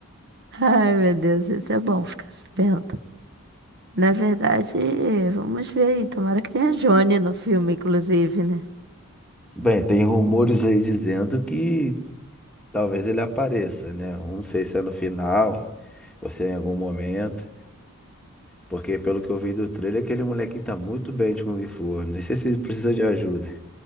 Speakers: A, on the right; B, in the centre.
A: Ai, meu Deus, isso é bom ficar sabendo. Na verdade, vamos ver aí. Tomara que tenha Johnny no filme, inclusive, né?
B: Bem, tem rumores aí dizendo que Talvez ele apareça, né? Não sei se é no final, ou se é em algum momento. Porque pelo que eu vi do trailer, aquele molequinho tá muito bem de Kung Fu. Nem sei se ele precisa de ajuda.